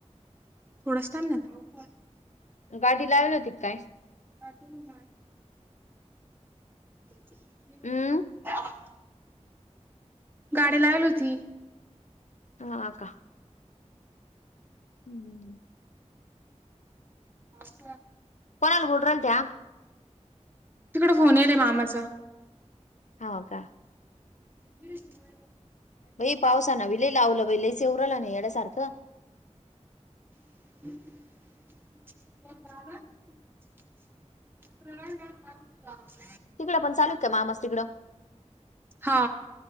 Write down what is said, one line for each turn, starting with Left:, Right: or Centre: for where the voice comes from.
Right: थोडाच टाइम झाला
Left: गाडी लावल होती काय
Right: का पण नाही <inaudible>
Left: हम्म
Right: गाडी लावल होती
Left: हा अ का हम्म हम्
Right: अस
Left: कोणाल हुड्रंत्या
Right: तिकड फोन येल मामाचा
Left: ह का
Right: हीरची मा
Left: बई पावसा ना विलई लावलं बा लईच उरला नाही येड्यासारखं
Right: को बबर ला
Left: तिकडं पण चालूत का मामस् तिकडं
Right: हा